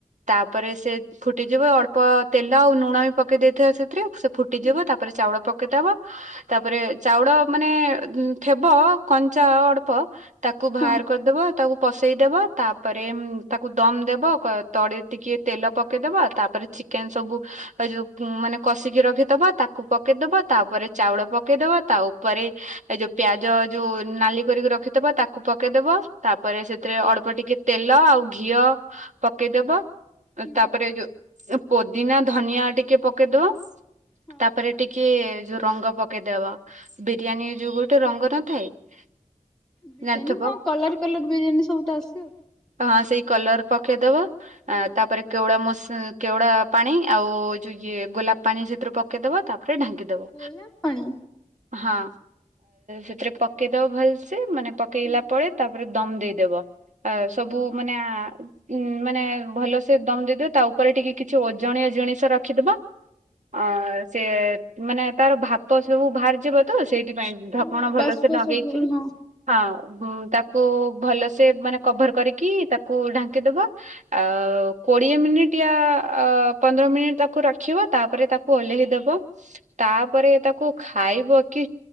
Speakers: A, on the right; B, in the centre.
A: ତାପରେ ସେ ଫୁଟିଯିବ ଅଳ୍ପ ତେଲ ଆଉ ଲୁଣ ବି ପକେଇ ଦେଇଥିବ ସେଥିରେ ସେ ଫୁଟିଯିବ
B: ହୁଁ
A: ତା ପରେ ଚାଉଳ ପକେଇଦବ ତାପରେ ଚାଉଡ ମାନେ ଥେବ କଞ୍ଚା ଅଡ୍ପ ତାକୁ ବାହାର
B: ହଁ
A: କରିଦବ ତାକୁ ପଶେଇଦବ ତାପରେ ତାକୁ ଦମ୍ ଦେବ ତଡେଇରେ ଟିକେ ତେଲ ପକେଇଦବ ତାପରେ ଚି କେନ୍ ସବୁ ଯୋଉ ମାନେ କଷିକି ରଖିଥିବ ତା କୁ ପକେଇଦବ ତାପରେ ଚାଉଳ ପକେଇଦବ ତା ଉପରେ ଏ ଯୋଉ ପିଆଜ ଯୋଉ ନାଲି କରିକି ରଖିଥବ ତାକୁ ପକେଇଦବ ତାପରେ ସେଥିରେ ଅଳ୍ପ ଟିକେ ତେଲ ଆଉ ଘିଅ ପକେଇଦବ
B: ହୁଁ
A: ତାପରେ ଯୋ ପୋଦିନା ଧନିଆ ଟିକେ ପକେଇଦବ
B: ହଁ
A: ତାପରେ ଟିକେ ଯୋ ରଙ୍ଗ ପକେଇଦବ ବିରିୟାନୀ ଯୋଉ ଗୋଟେ ରଙ୍ଗ ନଥାଏ <inaudible>
B: ବିରିୟାନୀ
A: ଜାଣିଥିବ
B: ହଁ କଲର୍ କଲର୍ ବିରିୟାନୀ ସବୁ ତ ଆସେ।
A: ହଁ ସେଇ କଲର ପକେଇଦବ
B: ହଁ
A: ଆ ତାପରେ କେଉଡା ମ କେଉଡା ପାଣି ଆଉ ଯୋଉ ଇଏ ଗୋଲାପ ପାଣି ସେଥୁରୁ ପ କେଇ ଦବ ତାପରେ ଢାଙ୍କି ଦବ
B: ଗୋଲାପ ପାଣି
A: ହଁ ସେଥିରେ ପକେଇଦବ ଭଲସେ୍ ମାନେ ପକେଇଲା
B: ହଁ
A: ପରେ ତାପରେ ଦମ୍ ଦେଇଦବ ଆ ସବୁ
B: ହଁ
A: ମାନେ ଆ ଉ ମାନେ ଭଲସେ ଦମ୍ ଦେଇଦବ ତା ଉପରେ ଟିକେ କିଛି ଓଜଣିଆ ଜିଣିଷ ରଖିଦବ ଅ ସେ ମାନେ ତାର ଭାତ ସବୁ ବାହାରିଯିବ ତ ସେଇଥିପାଇଁ ଧପଣ
B: ହଁ
A: ଭଲସେ
B: ବାଷ୍ପ
A: ନଗେଇଚି
B: ସବୁ ହଁ
A: ହଁ ତାକୁ ଭଲସେ ମାନେ କଭର କରିକି ତାକୁ ଢାଙ୍କିଦବ ଅ କୋଡିଏ ମିନିଟ୍ ୟା ପନ୍ଦର ମିନିଟ୍ ତାକୁ ରଖିବ ତାପରେ ତା କୁ ଓହ୍ଲେଇ ଦବ। ତାପରେ ତାକୁ ଖାଇବ କି